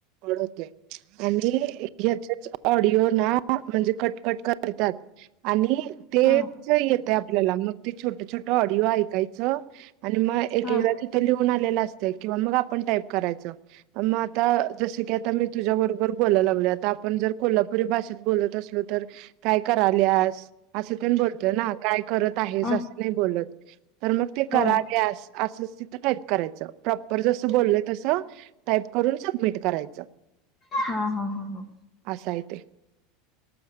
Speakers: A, on the right; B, on the left.
A: <unintelligible> आणि याच्याच ऑडिओ ना म्हणजे कट कट करतात आणि तेच
B: हा हा
A: येते आपल्याला मग ते छोट छोट ऑडिओ ऐकाय आणि मग एक
B: हा
A: एकदा तिथं लिहून आलेला अस तय किंवा मग आपन टाईप करायच. मग आता जस की आता मी तुझ्याबरोबर बोला लाग लागलोय आता आपण जर कोल्हापुरी भाषेत बोलत असलो तर काय कराल्यास? असं तेण बोलत ना काय करत आहेस
B: हा
A: असं नाही बोलत. तर मग ते कराल्यास
B: होय
A: असंच तिथं टाईप करायचं. प्रॉपर जसं बोललय तसं टाईप करून सबमिट करायचं.
B: हा हा हा हा.
A: असं आहे ते.